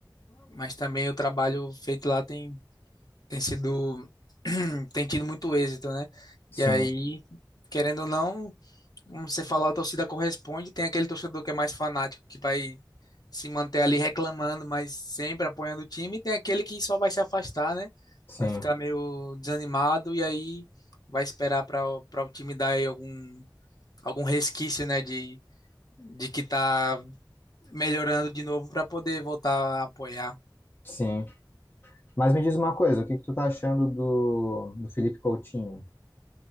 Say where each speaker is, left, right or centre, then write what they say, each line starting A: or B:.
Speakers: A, on the left; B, on the left.
A: mas também o trabalho feito lá tem, tem sido, <clears throat> tem tido muito êxito, né?
B: Sim.
A: E aí, querendo ou não como você falou, a torcida corresponde. Tem aquele torcedor que é mais fanático, que vai se manter ali reclamando, mas sempre apoiando o time. E tem aquele que só vai se afastar, né?
B: Sim.
A: Vai ficar meio desanimado e aí vai esperar para para o time dar aí algum, algum resquício, né? De, de que tá melhorando de novo para poder voltar a apoiar.
B: Sim. Mas me diz uma coisa, o que que tu tá achando do, do Felipe Coutinho?